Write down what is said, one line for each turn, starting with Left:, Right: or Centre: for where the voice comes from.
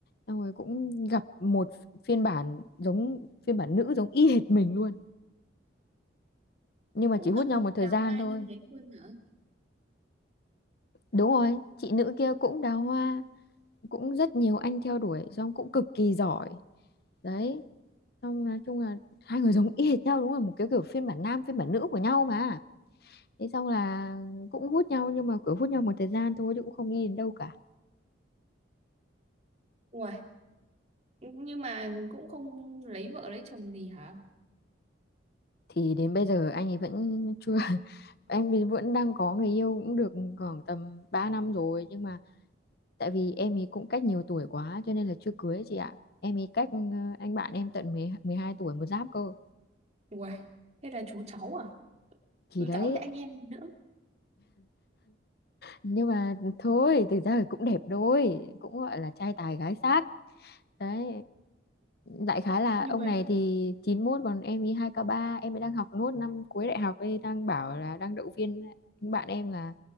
Left: xong rồi cũng gặp một phiên bản giống phiên bản nữ giống y hệt mình luôn nhưng
Right: cũng
Left: mà chỉ hút
Right: gặp
Left: nhau
Right: một
Left: một thời
Right: đào
Left: gian
Right: hoa
Left: thôi
Right: như thế luôn hả
Left: đúng rồi chị nữ kia cũng đào hoa cũng rất nhiều anh theo đuổi xong cũng cực kỳ giỏi đấy xong nói chung là hai người giống y hệt nhau đúng là một cái kiểu phiên bản nam phiên bản nữ của nhau mà thế xong là cũng hút nhau nhưng mà kiểu hút nhau một thời gian thôi chứ cũng không đi đến đâu cả
Right: Ủa, nhưng mà cũng không lấy vợ lấy chồng gì hả
Left: thì đến bây giờ anh ấy vẫn chưa <laughs> anh ấy vẫn đang có người yêu cũng được khoảng tầm 3 năm rồi nhưng mà tại vì em ấy cũng cách nhiều tuổi quá cho nên là chưa cưới chị ạ em ấy cách ờ, anh bạn em tận mười mười hai tuổi một giáp cơ
Right: Ủa, thế là chú cháu à
Left: thì
Right: chú
Left: đấy
Right: cháu với anh em nữa
Left: nhưng mà thôi thực ra thì cũng đẹp đôi cũng gọi là trai tài gái sắc đấy đại khái là
Right: nhưng
Left: ông
Right: mà
Left: này thì chín mốt còn em ý hai k ba em ấy đang học nốt năm cuối đại học ấy đang bảo là đang động viên những bạn em là